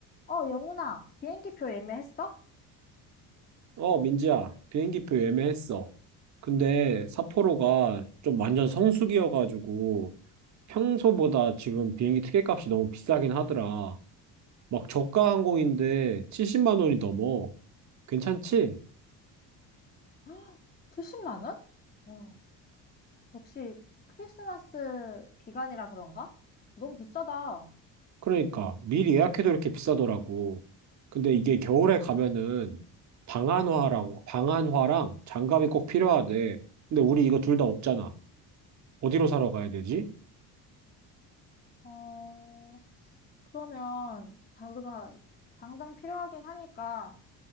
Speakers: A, on the left; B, on the right.
A: 어, 영훈아, 비행기 표 예매했어?
B: 어, 민지야, 비행기표 예매했어. 근데 삿포로가 좀 완전 성수기여가지고 평소보다 지금 비행기 티켓값이 너무 비싸긴 하더라. 막 저가 항공인데 70만 원이 넘어. 괜찮지?
A: <gasps> 70만 원? 어, 역시 크리스마스 기간이라 그런가? 너무 비싸다.
B: 그러니까 미리 예약해도 이렇게 비싸더라고. 근데 이게 겨울에 가면은 방한화고 방한화랑 장갑이 꼭 필요하대. 근데 우리 이거 둘 다 없잖아. 어디로 사러 가야 되지?
A: 어, 그러면 다 우리가 당장 필요하긴 하니까